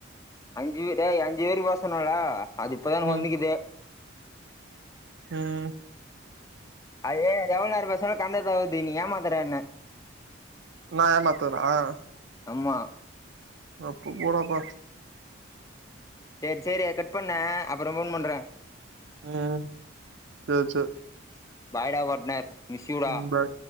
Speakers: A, on the left; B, on the right.
A: அஞ்சு பே டேய் அஞ்சு பேருக்கு பேச சொன்னாங்களா அது இப்பதா எனக்கு
B: ம்
A: வந்திக்குது
B: ம்
A: அதே எவ்ள நேர பேசனாலு காண்டதகுது நீ ஏமாத்தற என்ன
B: நா எமாத்துவான
A: அம்மா
B: அப்ப போடாப்பா
A: சேரி சேரி அத கட் பண்ண அப்பறோ ஃபோன் பண்ற
B: ம் சேர் சேர்
A: பாய்டா பாட்னர் மிஸ் யு டா
B: ம் பாய்